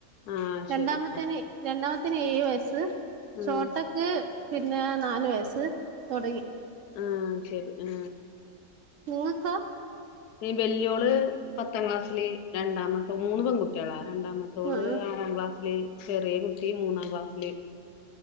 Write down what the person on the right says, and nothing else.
രണ്ടാമത്തേനെ
രണ്ടാ ത്തിന് ഏഴ് വയസ്സ്
ചോട്ടക്ക് പിന്നെ നാലു വയസ്സ് തൊടങ്ങി
ങ്ങക്കോ
ആഹ്